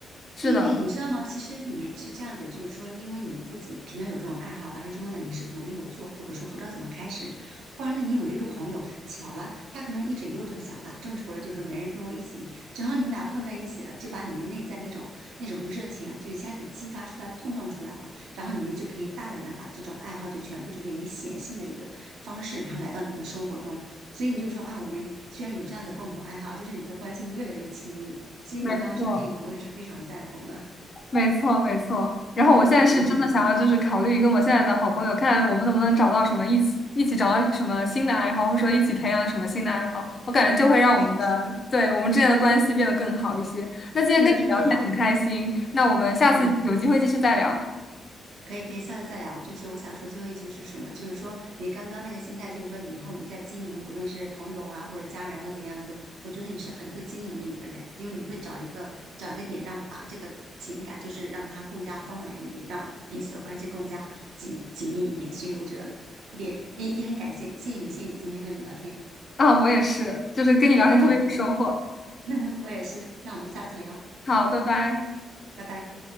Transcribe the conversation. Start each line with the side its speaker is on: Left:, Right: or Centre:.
Left: 是的，
Right: 对对，你知道吗？其实你们是这样子，就是说，因为你自己平常有这种爱好，完了之后呢，你是可能没有做，或者说不知道怎么开始，忽然呢，你有一个朋友巧了，他可能一直也有这个想法，正愁着就是没人跟我一起，正好你们俩碰在一起了，就把你们内在那种那种热情啊，就一下子激发出来、碰撞出来了，然后你们就可以大胆的把这种爱好就全部就是以显性的一个方式，然后来到你们的生活中，所以你就说啊，我们居然有这样的共同爱好，就是你们的关系会越来越亲密。所以你刚刚说这一点，
Left: 没错。
Right: 我也是非常赞同的。<laughs>
Left: 没错，没错。然后我现在是真的想要，
Right: 对对对，
Left: 就是考虑跟我现在的好朋友，看我们能不能找到什么一起一起找到什么新的爱好，或者说一起培养什么新的爱好。我感觉这会让我们的，
Right: 哎，特
Left: 对，我们之间的关系变得更好一些。那今天跟你聊天很开心，
Right: 对特别好，
Left: 那我们下次有机会继续再聊。
Right: 嗯，可以可以，下次再聊。就是我想说最后一句是什么呢就是说你刚刚那个心态，就是说以后你在经营，不论是朋友啊，或者家人或怎样子，我觉得你是很会经营的一个人，因为你会找一个找一个点，让把这个情感就是让它更加丰满一点，让彼此的关系更加紧紧密一点。所以我觉得特别也也很感谢，谢谢你，谢谢你今天和你聊天。
Left: 啊，我也是，就是跟你聊天特别有收获。
Right: 好，<laughs> 我也是，那我们下次聊，
Left: 好，拜拜。
Right: 拜拜。